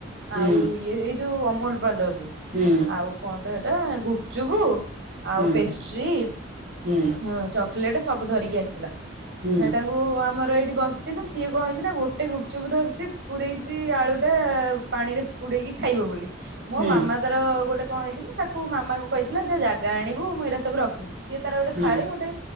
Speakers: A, on the right; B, on the right.
A: ହୁଁ
B: ଆଉ ଇଏ ଏଇ ଯୋଉ ଅମୁଲପାର୍ଲ ରୁ
A: ହୁଁ
B: ଆଉ କଣ ତ ସେଟା ଗୁପ୍ ଚୁପୁ ଆଉ
A: ହୁଁ ହୁଁ ହୁଁ
B: ପେଷ୍ଟ୍ରି,
A: ହୁଁ
B: ହଁ ଚକୋଲେଟ୍ ସବୁ ଧରିକି ଆସିଥିଲା,
A: ହୁଁ
B: ମୁଁ
A: ହୁଁ
B: ହେଟାକୁ କୁ ଆମର ଏଇଠି ବସିଥିନୁ ସିଏ କଣ ହେଇଛି ନା ଗୋଟେ ଗୁପଚୁପ୍ ଧରିଛି ପୁରେଇଚି ଆଳୁଟା ପାଣି ରେ ବୁଡେଇକି ଖାଇବ ବୋଲି,
A: ହୁଁ
B: ମୋ ମାମା ତାର ଗୋଟେ କଣ ହେଇଛି ନା ତାକୁ ମାମାକୁ କହିଥିଲା ଯା ଜା ଗା ଆଣିବୁ ମୁଁ ଏଇରା ସବୁ ରଖିମି, ସିଏ ତାର ଗୋଟେ
A: ହୁଁ
B: ଥାଳି
A: ହୁଁ
B: ଗୋଟେ